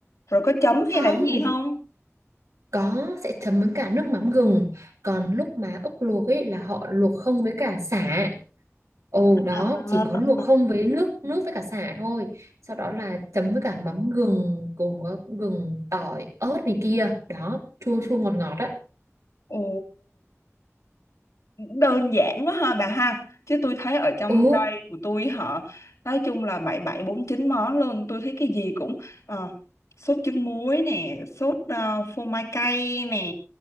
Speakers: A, on the left; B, on the right.
A: Rồi có chấm hay
B: không
A: là cái gì không?
B: có sẽ chấm với cả nước mắm gừng còn lúc mà ốc luộc ấy là họ luộc không với cả sả ồ đó
A: À.
B: chỉ có luộc không với nước nước với cả sả thôi sau đó là chấm với cả mắm gừng cùng có gừng tỏi ớt này kia đó chua chua ngọt ngọt á
A: Ồ. đơn giản quá ha bà ha chứ tôi thấy ở trong
B: ừ
A: đây của tôi họ nói chung là bảy bảy bốn chín món luôn tôi thấy cái gì cũng ờ, sốt trứng muối nè sốt ờ, phô mai cay nè